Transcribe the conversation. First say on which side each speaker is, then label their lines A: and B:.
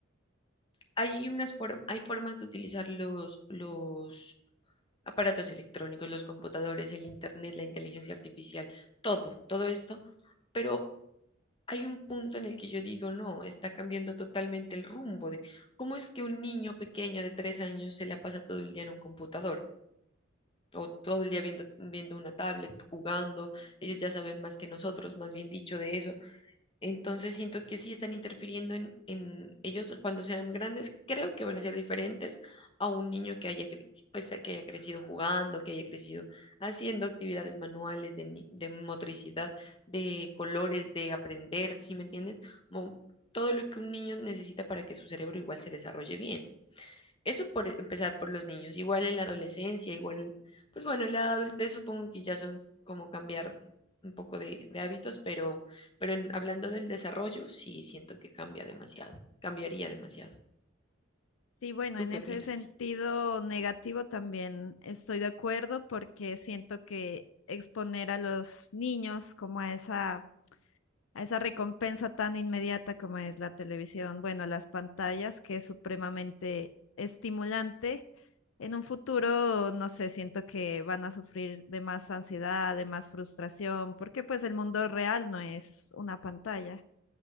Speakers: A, on the left; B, on the left.
A: hay unas for- hay formas de utilizar los, los aparatos electrónicos, los computadores, el internet, la inteligencia artificial, todo, todo esto, pero hay un punto en el que yo digo, no, está cambiando totalmente el rumbo de cómo es que un niño pequeño de tres años se la pasa todo el día en un computador. o todo el día viendo, viendo una tablet, jugando, ellos ya saben más que nosotros, más bien dicho, de eso. Entonces siento que sí están interfiriendo en, en ellos cuando sean grandes, creo que van a ser diferentes a un niño que haya, cre- pues, que haya crecido jugando, que haya crecido haciendo actividades manuales de, ni- de motricidad, de colores, de aprender, ¿sí me entiendes? Como todo lo que un niño necesita para que su cerebro igual se desarrolle bien. Eso por e- empezar por los niños. Igual en la adolescencia, igual, pues bueno, en la adultez supongo que ya son como cambiar un poco de, de hábitos, pero, pero en- hablando del desarrollo, sí siento que cambia demasiado, cambiaría demasiado.
B: Sí, bueno,
A: ¿Tú
B: en
A: qué
B: ese
A: opinas?
B: sentido negativo también estoy de acuerdo porque siento que exponer a los niños como a esa a esa recompensa tan inmediata como es la televisión, bueno, las pantallas, que es supremamente estimulante. En un futuro, no sé, siento que van a sufrir de más ansiedad, de más frustración, porque pues el mundo real no es una pantalla.